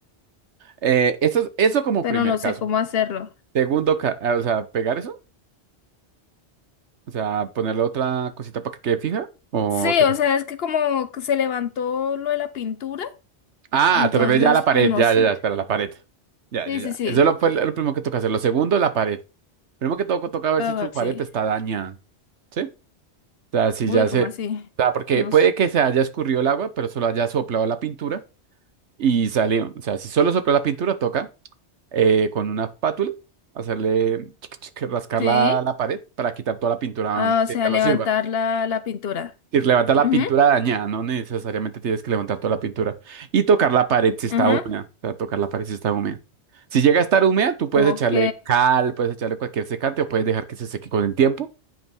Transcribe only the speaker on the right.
Eh, eso, es- eso como
primer
caso.
Segundo, ca- ah, o sea, pegar eso, o sea, ponerle otra cosita para que quede fija. O...
Ah,
te refieres ya a la pared,
ya,
ya, ya, espera, la pared. Ya,
ya, ya.
Eso lo- fue lo primero que toca hacer. Lo segundo, la pared. Primero que todo, toca ver
si
su pared
está dañada. ¿sí? sea, si
ya
se... O
sea, porque
puede
que se haya escurrido el agua, pero solo haya soplado la pintura y salió. O sea, si solo sopló la pintura, toca eh, con una espátula hacerle chic, chic, rascar
la, la pared para quitar toda la pintura
que
ya
no sirva.
Y levanta la
pintura dañada, no necesariamente tienes que levantar toda la pintura. Y tocar la pared si está
húmeda. O sea, tocar la pared si está húmeda. Si llega a estar húmeda, tú puedes
echarle cal, puedes echarle cualquier secante o puedes dejar que se seque con el tiempo